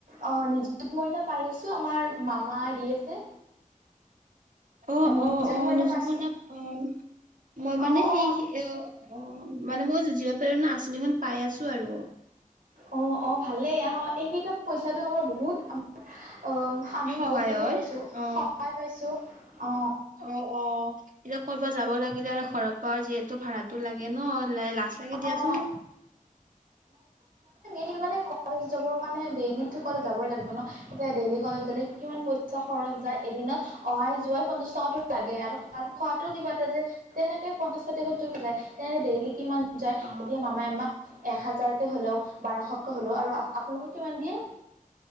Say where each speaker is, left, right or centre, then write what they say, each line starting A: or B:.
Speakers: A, on the right; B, on the right.
A: অ নিযুত মইনা পাই আছ তোমাৰ মামাই দি আছে।
B: অ
A: নিযুত
B: অ অ আহ নিযুত
A: পাইছোঁ
B: মইনা অম মই
A: অ'
B: মানে
A: অ'
B: সেই অ অ মানে মই জি এ ম প্ৰেৰনা আচনিখন পাই আছো আৰু
A: অ অ ভালেই আহ এইকেইটা পইচাটো আমাৰ বহুত আমাৰ অহ আমি
B: সহায়
A: বহুত হেৰি
B: হয়
A: পাইছোঁ
B: অ
A: সহায় পাইছোঁ অ
B: অ অ এতিয়া ক'ৰবাত যাব লাগিলে আৰু ঘৰৰ পৰা আৰু যিহেতু ভাড়াটো লাগে ন লাইট লাছ লাগে দিয়াচোন।
A: অ' কি মানে ক ত যাব কাৰণে ডেইলি কলে যাবই লাগিব ন এতিয়া ডেইলি কলেজ গলে কিমান পইচা খৰচ যায় এদিনত। অহাই যোৱাই পঞ্চাশ টকাতো লাগে আৰু খোৱা খোৱাটোও কিবা এটা যে তেনেকে পঞ্চাশ ষাঠি সত্তৰ যায় তেনেকে ডেইলি কিমান যায়
B: অ
A: এতিয়া মামাই আমাক এসাজ হাজাৰকৈ হ'লেও বাৰশকৈ হ'লেও আৰু আপোনালোকক কিমান দিয়ে